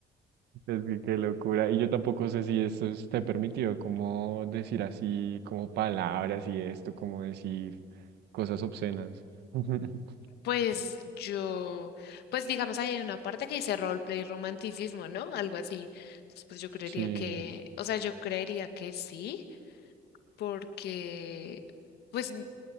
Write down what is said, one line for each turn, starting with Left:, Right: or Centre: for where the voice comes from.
Right: Es que qué locura. Y yo tampoco sé si eso esté permitido, como decir así, como palabras y esto, como decir cosas obscenas. <laughs>
Left: Pues yo, pues digamos, ahí hay una parte que dice roleplay romanticismo, ¿no? Algo así. Entonces, pues yo creería
Right: Sí,
Left: que, o sea, yo creería que sí, porque, pues, n-